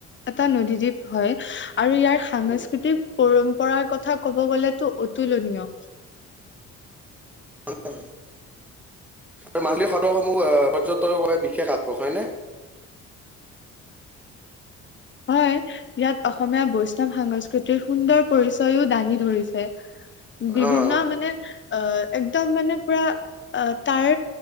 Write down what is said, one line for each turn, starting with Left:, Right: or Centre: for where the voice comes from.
Left: এটা নদীদ্বীপ হয় আৰু ইয়াৰ, সাংস্কৃতিক
Centre: উম,
Left: পৰম্পৰাৰ কথা ক'ব গ'লেতো অতুলনীয়।
Centre: <unintelligible> আৰু মাজুলী সত্ৰ সমূহ আহ পৰ্যটকৰ বাবে বিশেষ আকৰ্ষন হয় নে,
Left: হয়, ইয়াত অসমীয়া বৈষ্ণৱ সংস্কৃতিৰ সুন্দৰ পৰিচয়ও দাঙি ধৰিছে। বিভিন্ন
Centre: অ',
Left: মানে অ একদম মানে পুৰা, অ তাৰ